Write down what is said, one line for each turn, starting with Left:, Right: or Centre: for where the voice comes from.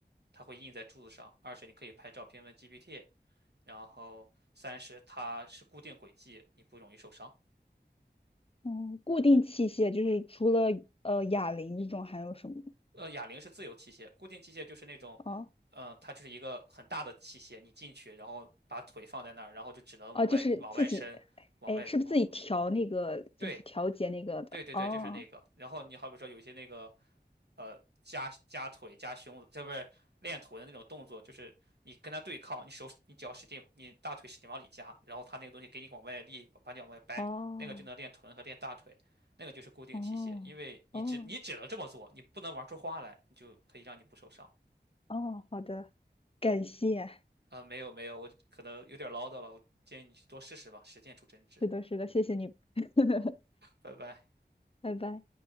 Right: 它会印在柱子上；二是你可以拍照片问 GPT，然后三是它是固定轨迹，你不容易受伤。
Left: 嗯，固定器械就是除了呃哑铃这种还有什么？
Right: 呃，哑铃是自由器械，固定器械就是那种，
Left: 哦。
Right: 嗯、它就是一个很大的器械，你进去，然后把腿放在那儿，然后就只能往外、
Left: 哦，就是自己，
Right: 往外伸，往外往，
Left: 哎，是不是自己调那个，就是调节那个的？
Right: 对，对对对，
Left: 哦，
Right: 就是那个。然后你好比说有一些那个呃夹夹腿、夹胸，这不是练臀的那种动作，就是你跟他对抗，你手你脚使劲，你大腿使劲往里夹，然后他那个东西给你往外力，把你往外掰，
Left: 哦，
Right: 那个就能练臀和练大腿，那个就是固定器械，
Left: 哦，
Right: 因为你只你只能这么做，
Left: 哦，
Right: 你不能玩出花来，你就可以让你不受伤。
Left: 哦，好的，感谢，
Right: 啊、没有没有，我可能有点唠叨了，我建议你去多试试吧，实践出真知。
Left: 是的，是的，谢谢你，<laughs>
Right: 拜拜。
Left: 拜拜。